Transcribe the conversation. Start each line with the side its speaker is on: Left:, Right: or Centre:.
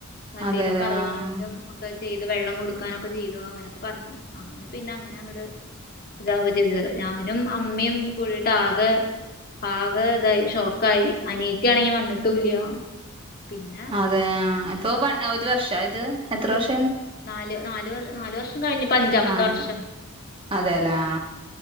Left: എന്തെേലും
Right: അതെല്ലേ
Left: പറയയാണെങ്കിലും
Right: ആഹ്
Left: ഒക്കെ ചെയ്ത് വെള്ളം കൊടുക്കാനൊക്കെ ചെയ്തോ അങ്ങനെയൊക്കെ പറഞ്ഞു. അങ്ങനെ പിന്നെ അങ്ങനെ അങ്ങട്ട് ഇതാ ഒരു ഇത് ഞാനും അമ്മയും കൂടിയിട്ട് ആകെ ആകെ ഇതായി ഷോക്കായി ആനിയതിയാണെങ്കി വന്നിട്ടൂല്ല. പിന്നെ
Right: അതെ ഇപ്പൊ വ ഒരു വർഷം ആയോതു എത്ര വർഷം
Left: നാല് നാല് വർഷം കഴിഞ്ഞു ഇപ്പൊ അഞ്ചാമത്തെ
Right: ആഹ്
Left: വർഷം.
Right: അതെല്ലേ ആ.